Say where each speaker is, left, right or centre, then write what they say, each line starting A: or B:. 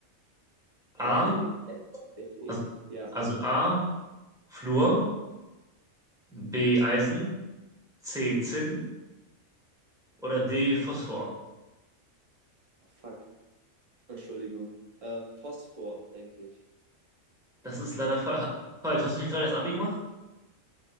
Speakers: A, on the right; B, in the centre.
A: Okay.
B: A,
A: F- FE.
B: also,
A: Ja,
B: also A, Fluor, B, Eisen, C, Zinn Oder D, Phosphor.
A: fuck. Entschuldigung. Äh, Phosphor, denke ich.
B: Das ist leider fa falsch. Hast du nicht gerade erst Abi gemacht? <laughs>